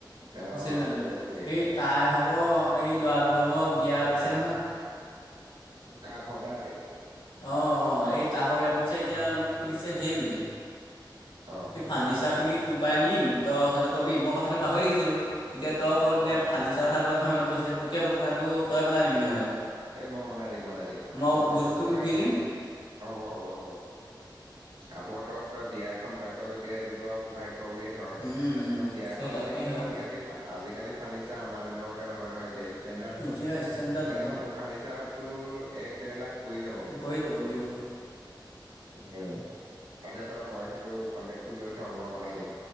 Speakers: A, on the right; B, on the left.
A: অ',
B: আছিল নামটো
A: যোগেশ্বৰী
B: সেই, তাই ভাগৰ, এই লৰাটোৰ ভাগৰ বিয়া পাতিছে নহয়।
A: কা ভদা হে <inaudible>
B: অঁ ', অঁ', এই তাহৰ বিয়া পাতিছে এতিয়া মোক সুধিছে হেৰি বুলি
A: অ',
B: সেই ফাৰ্ণিচাৰখিনি তোৰ পৰাই নিম, তই কথাটো কবি। মই কথাটো পাহৰি থাকি ছিলোঁ। এতিয়া তই কদিনে
A: অ',
B: ফাৰ্নিচাৰৰ কথাটো কনেহে, মনত পৰিছে তোক কথাটো? তই বনাই দিবি নহলে।
A: এই মই বনাই দিম, বনাই দিম
B: মই
A: আগতত
B: জোখটো
A: তই
B: তোক দি দিম
A: হ'ব, হ'ব হ'ব আৱতৰত তই বিয়া খন পাইছ যেতিয়া এইটোতো আৰু সৌভাগ্য বুলিয়ে ধৰ
B: উম উম
A: বিয়া এ
B: সেই
A: খন
B: তাকে
A: বুলি ক'লে
B: হেও
A: আজিকালি আজিকালি ফাৰ্নিচাৰ আমাৰ দিনৰ কতে নহয় নহয় এতিয়া হল
B: এতিয়া ষ্টেণ্ডাৰ্ড
A: এতিয়া
B: হ'ল
A: সেইটো ফাৰ্ণিচাৰত তোৰ এক ডেৰ লাখ পৰি যাব।
B: ন পৰি যাব পৰি যাব
A: উম, তাকে তই কয় সেইটো কন্টেক টো লৈ থ মই বনাই দিম।